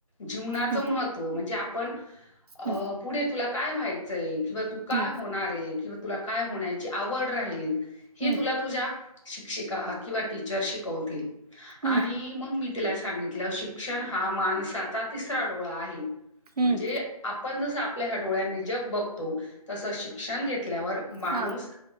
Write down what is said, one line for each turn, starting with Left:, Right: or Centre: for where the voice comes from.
Left: जीवनाचं
Right: हम्म
Left: महत्त्व म्हणजे आपण अ
Right: हम्म
Left: पुढे तुला काय व्हायचंय, किंवा तू काय
Right: हम्म
Left: होणार, आहे किंवा तुला काय होण्याची आवड राहील ही
Right: हम्म
Left: तुला तुझ्या, शिक्षिका किंवा टीचर शिकवतील.
Right: हम्म
Left: आणि मग मी तिला सांगितलं शिक् शण हा माणचा तिसरा डोळा आहे.
Right: हम्म
Left: म्हणजे आपण जसं आपल्या ह्या डोळ्या नि जग बघतो तसं शिक्षण घेतल्यावर माणूस
Right: हा